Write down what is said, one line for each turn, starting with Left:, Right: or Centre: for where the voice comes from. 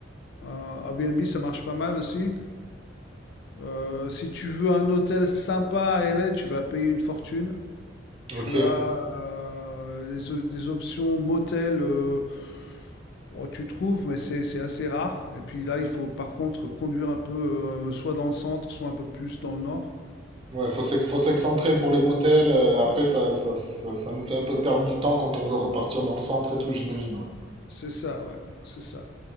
Left: Euh, Airbnb, ça marche pas mal aussi. Euh, si tu veux un hôtel sympa à LA, tu vas payer une fortune. Tu
Right: ok.
Left: as euh, des, o- des options motel, euh, bon, tu trouves, mais c'est c'est assez rare. Et puis là, il faut par contre conduire un peu, euh, soit dans le centre, soit un peu plus dans le nord.
Right: Ouais, faut s'ex- faut s'excentrer pour les motels. euh, après, ça, ça, ça, ça nous fait un peu perdre du temps quand on veut repartir dans le centre et tout, j'imagine. ouais.
Left: C'est ça, ouais, c'est ça.